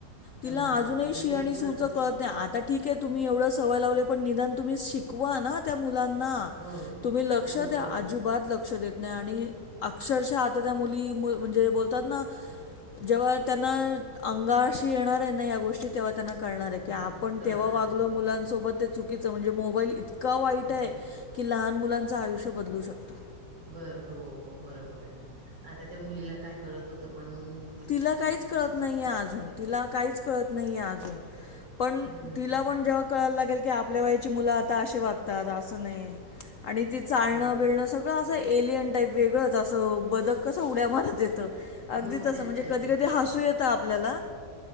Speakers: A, on the right; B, on the left.
A: जमणारच
B: तिला अजूनही
A: नाही म्हणजे
B: शी आणि
A: एक प्रकार.
B: सूचं कळत आता ठीक आहे तुम्ही एवढं सवय लावले पण निदान तुम्ही शिकवा ना त्या मुलांना
A: बरोबर
B: तुम्ही लक्ष
A: हो
B: द्या
A: हो
B: अजिबात लक्ष देत नाही आणि अक्षरशः आता त्या मुली मुल म्हणजे बोलतात ना जेव्हा त्यांना अंगारशी येणार आहे ना, या गोष्टी तेव्हा त्यांना कळणार हे
A: हम्म
B: की आपण
A: कळणार
B: तेव्हा वागलो
A: आहे
B: मुलांसोबत ते चुकीच म्हणजे मोबाईल इतका वाईट आहे.
A: बरोबर
B: की लहान मुलांचं आयुष्य बदलू शकतं.
A: ब हो हो बरोबर हे ना, आता त्या मुलीला काय कळत होतं पण मंग
B: तिला काहीच कळत नाहीे आजून तिला काहीच कळत नाहीे आजून पण
A: हम्म
B: तिला पण जेव्हा कळायला लागेल की आपल्या वयाची मुलं आता अशी वागतात असं नाही. आणि ती चाळणं
A: हो
B: बिळणं सगळं असं एलियन टाईप वेगळं. जसं बदक कसं उड्या मारत येतं अगदी
A: हो
B: तसं
A: त्या
B: म्हणजे
A: टाईपमध्ये
B: कधी कधी हासू येतं आपल्याला.